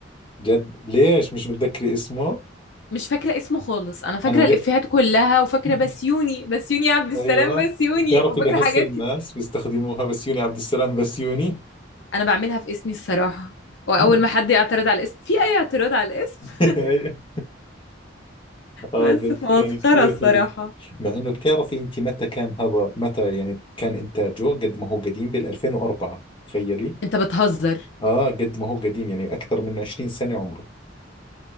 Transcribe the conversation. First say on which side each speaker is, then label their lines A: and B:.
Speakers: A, on the left (about 25°); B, on the left (about 65°).
A: جد ليش مش متذكري اسمه
B: مش فاكرة اسمه خالص انا فاكرة
A: أنا ليه
B: الافيهات كلها وفاكرة
A: <laughs>
B: بسيوني بسيوني عبد السلام
A: أيوة
B: بسيوني
A: بتعرفي
B: وفاكرة
A: لهسه
B: حاجات
A: الناس
B: كتير
A: بيستخدموها بسيوني عبد السلام بسيوني
B: انا بعملها في اسمي الصراحة واول
A: <laughs>
B: ما حد يعترض على الاسم في اي اعتراض على الاسم
A: أيوة. آه
B: بس
A: جد
B: فمسخرة
A: كان كثير
B: الصراحة
A: حلو مع إنه بتعرفي أنت متى كان هذا متى يعني كان إنتاجه قد ما هو قديم بال 2004 تخيلي
B: انت بتهزر
A: آه قد ما هو قديم يعني أكثر من 20 سنة عمره